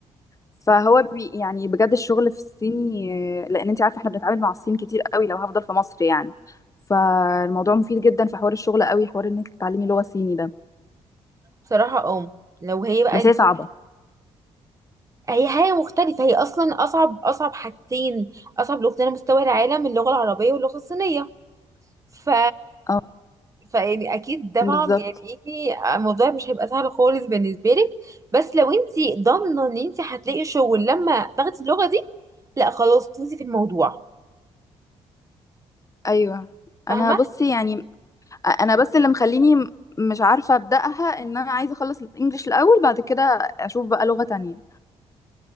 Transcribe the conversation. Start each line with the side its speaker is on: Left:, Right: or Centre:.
Left: فهو بي يعني بجد الشغل في الصيني آه، لان انت عارفه احنا بنتعامل مع الصين كتير قوي لو هفضل في مصر يعني فالموضوع مفيد جدا في حوار الشغل قوي حوار انك تتعلمي لغه صيني ده
Right: بصراحه اه لو هي بقى
Left: بس
Right: انت
Left: هي صعبه
Right: هي حاجة مختلفة هي أصلا أصعب أصعب حاجتين أصعب لغتين على مستوى العالم اللغة العربية واللغة الصينية ف
Left: اه
Right: فيعني أكيد طبعا
Left: بالظبط
Right: يعني إيه الموضوع مش هيبقى سهل خالص بالنسبة لك بس لو أنت ضامنة إن أنت هتلاقي شغل لما تاخدي اللغة دي لا خلاص تفوزي في الموضوع
Left: ايوه
Right: فاهمة
Left: انا بصي يعني انا بس اللي مخليني م- مش عارفه ابداها ان انا عايزه اخلص الانجليش الاول بعد كده اشوف بقى لغه تانية